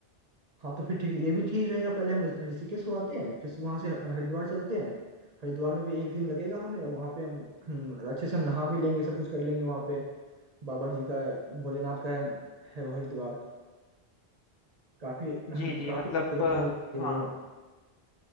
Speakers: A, on the right; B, on the left.
A: हाँ तो फिर ठीक है ये भी ठीक रहेगा पहले हम ऋ- ऋषिकेश हो आते हैं फिर वहाँ से ह- हरिद्वार चलते हैं हरिद्वार में भी एक दिन लगेगा हमें और वहाँ पे हम हम अच्छे से हम नहा भी लेंगे सब कुछ कर लेंगे वहाँ पे बाबा जी का भोलेनाथ का है, है वो हरिद्वार काफ़ी काफ़ी
B: जी जी मतलब
A: जगह
B: अ,
A: मानी जाती है
B: हाँ
A: वो